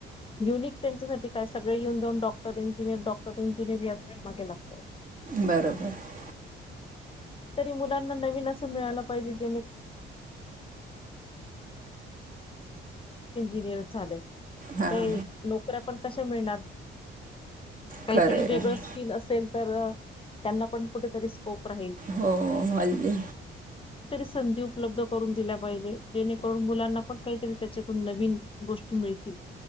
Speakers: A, on the left; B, on the right.
A: युनिक साठी काय सगळे डॉक्टर इंजिनियर यांच्या मागे लागले.
B: बरोबर
A: मुलांना नवीन असं काहीतरी <unintelligible> सगळ्यांना
B: हां
A: नोकऱ्या कशा मिळणार. कुठेतरी
B: खरं
A: वेगळेच.
B: आहे
A: स्केल असेल तर त्यांना काहीतरी स्कोप राहील.
B: हो हल्ली
A: संधी उपलब्ध करून दिल्या पाहिजे जेणेकरून मुलांना पण काहीतरी त्याच्यातून नवीन गोष्टी मिळतील.